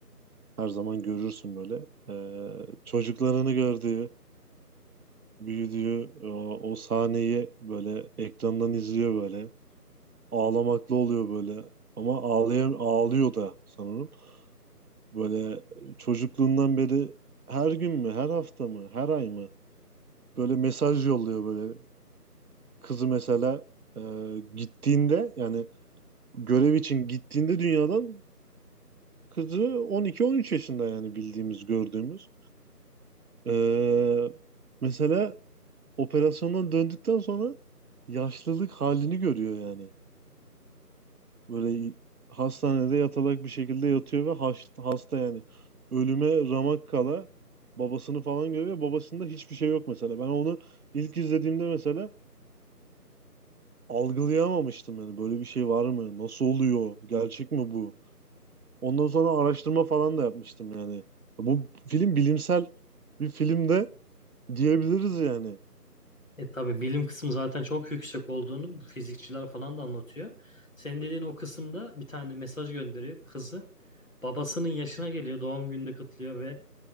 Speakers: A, on the right; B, on the left.
A: her zaman görürsün böyle. E, çocuklarını gördüğü, büyüdüğü o, o sahneyi böyle ekrandan izliyor böyle. Ağlamaklı oluyor böyle. Ama ağlayam ağlıyor da sanırım. Böyle çocukluğundan beri her gün mü, her hafta mı, her ay mı böyle mesaj yolluyor böyle. Kızı mesela e, gittiğinde yani görev için gittiğinde dünyadan Kızı 12-13 yaşında yani bildiğimiz, gördüğümüz. Ee, mesela operasyondan döndükten sonra yaşlılık halini görüyor yani. Böyle hastanede yatalak bir şekilde yatıyor ve hasta, hasta yani. Ölüme ramak kala babasını falan görüyor. Babasında hiçbir şey yok mesela. Ben onu ilk izlediğimde mesela algılayamamıştım yani. Böyle bir şey var mı? Nasıl oluyor? Gerçek mi bu? Ondan sonra araştırma falan da yapmıştım yani. Bu film bilimsel bir film de diyebiliriz yani.
B: E tabii bilim kısmı zaten çok yüksek olduğunu bu fizikçiler falan da anlatıyor. Senin dediğin o kısımda bir tane mesaj gönderiyor kızı. Babasının yaşına geliyor, doğum gününde kutluyor ve